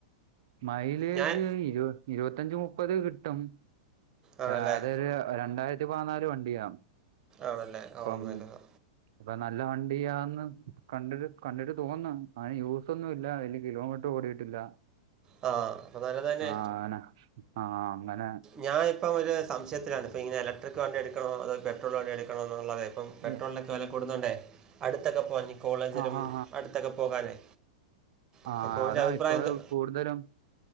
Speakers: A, on the right (about 55°); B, on the right (about 25°).
A: മൈലേജ്
B: ഞാൻ
A: ഇരുവ ഇരുവത്തഞ്ച് മുപ്പത് കിട്ടും.
B: ആണല്ലേ
A: ഏഹ് അതൊരു രണ്ടായിരത്തി പതിനാല് വണ്ടിയാ
B: ആണല്ലേ ഓ
A: പ്പം
B: നല്ലതാ
A: ഇപ്പ നല്ല വണ്ടിയാന്ന് കണ്ടിട്ട് കണ്ടിട്ട് തോന്ന്ന്നു അയിന് യൂസൊന്നും ഇല്ല അതില് കിലോമീറ്റർ ഓടിയിട്ടില്ല
B: ആ അപ്പോൾ നല്ലത് തന്നെ
A: ആഹ് ആനെ ആ അങ്ങനെ
B: ഞാ ഇപ്പം ഒരു സംശയത്തിലാണ് ഇപ്പ ഇങ്ങനെ ഇലക്ട്രിക് വണ്ടി എടുക്കണോ അതോ പെട്രോൾ വണ്ടി എടുക്കണോ എന്നുള്ളത് ഇപ്പം പെട്രോളിന്റെക്കെ
A: ഏ,
B: വെല കൂടുന്നുണ്ടേ അടുത്തൊക്കെ പോകൻ കോളേജിലും
A: ആ ഹാ
B: അടുത്തൊക്കെ പോകാനേ
A: ആഹ്
B: അപ്പം ബ്രോൻ്റെ
A: അതാ
B: അഭിപ്രായം
A: ഇപ്പൊ
B: എന്ത്
A: കൂടുതലും